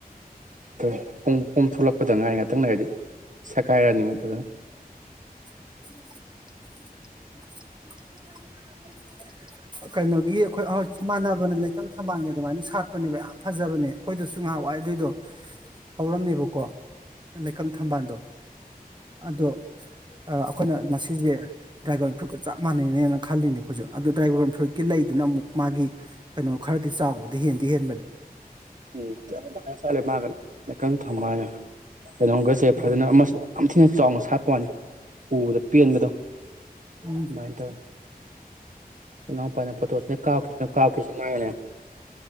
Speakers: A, on the right; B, on the right.
A: ꯑꯗꯨ ꯄꯨꯡ ꯄꯣꯝ ꯊꯣꯛꯂꯛꯄꯗ ꯉꯥꯥꯏ ꯉꯥꯛꯇꯪꯅꯒꯗꯤ ꯁꯒꯥꯏꯔꯅꯤ ꯑꯃꯨꯛ ꯐꯖꯅ <unintelligible>
B: ꯍ ꯎ
A: <unintelligible>
B: ꯀꯩꯅꯣꯒꯤ ꯑꯩꯈꯣꯏꯣꯏ ꯆ ꯃꯥꯟꯅꯕꯅ ꯂꯩꯇꯪ ꯊꯝꯕꯥꯜꯒꯤ ꯑꯗꯨꯃꯥꯏꯅ ꯁꯥꯠꯄꯅꯦꯕ ꯌꯥꯝ ꯐꯖꯕꯅꯦ ꯑꯩꯈꯣꯏꯗꯁꯨ ꯉꯥꯏꯍꯥꯛꯏ ꯑꯗꯨꯏꯗꯣ ꯍꯧꯔꯝꯃꯦꯕꯀꯣ ꯂꯩꯀꯪ ꯊꯝꯕꯥꯜꯗꯣ ꯑꯗꯣ ꯑꯩꯈꯣꯏꯅ ꯉꯁꯤꯁꯦ ꯗ꯭ꯔꯥꯏꯒꯣꯟ ꯐ꯭ꯔꯨꯠꯀ ꯆꯞ ꯃꯥꯟꯅꯩꯅꯦꯅ ꯈꯜꯂꯤꯅꯦ ꯑꯩꯈꯣꯏꯁꯨ ꯑꯗꯨꯗ ꯗ꯭ꯔꯥꯏꯕꯔ ꯋꯥꯟ ꯐꯨꯏꯠꯀꯤ ꯂꯩꯗꯨꯅ ꯑꯃꯨꯛ ꯃꯥꯒꯤ ꯀꯩꯅꯣ ꯈꯔꯗꯤ ꯆꯥꯎꯕꯗꯤ ꯍꯦꯜꯂꯤ ꯗꯤ ꯍꯦꯟꯕꯅꯤ
A: ꯎꯝ ꯆꯦ ꯃꯥꯒ ꯀꯪ ꯊꯝꯕ ꯀꯩꯅꯣꯝꯒꯁꯦ
B: ꯎꯝ
A: ꯐꯖꯅ ꯌꯥꯝ ꯊꯤꯅ ꯆꯥꯎꯅ ꯁꯥꯠꯄ ꯋꯥꯅꯤ ꯎꯕꯗ ꯄꯦꯟꯕꯗꯣ
B: ꯎꯝ
A: ꯃꯥꯥꯏꯅꯇꯔꯦ ꯀꯅꯥꯎꯄꯥꯅ ꯐꯣꯇꯣꯁꯤꯅ ꯀꯥꯎꯞꯈꯤꯁꯤꯅ ꯀꯥꯎꯞꯈꯤꯁꯤ ꯃꯥꯅꯦ